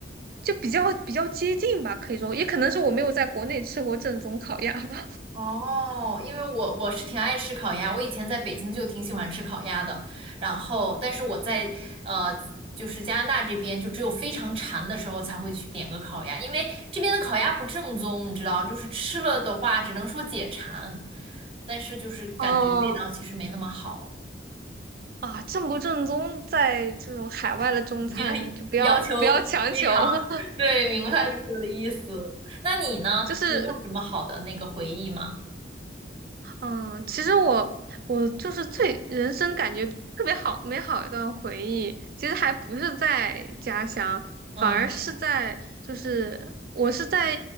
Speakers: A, on the right (about 55°); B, on the right (about 30°).
A: 就比较比较接近吧，可以说，也可能是我没有在国内吃过正宗烤鸭吧。
B: 哦，因为我我是挺爱吃烤鸭，我以前在北京就挺喜欢吃烤鸭的，然后但是我在呃就是加拿大这边就只有非常馋的时候才会去点个烤鸭，因为这边的烤鸭不正宗，你知道，就是吃了的话只能说解馋，但是就是感觉味道其实没那么好。
A: 哦啊，正不正宗，在这种海外的中餐，
B: 已经很要求非常
A: 你就不要不要强求，<laughs>
B: <laughs>，对，明白你说的意思。那你呢？
A: 就是
B: 你有什么好的那个回忆吗？
A: 嗯，其实我我就是最人生感觉特别好美好一段回忆，其实还不是在家乡，
B: 嗯
A: 反而是在就是我是在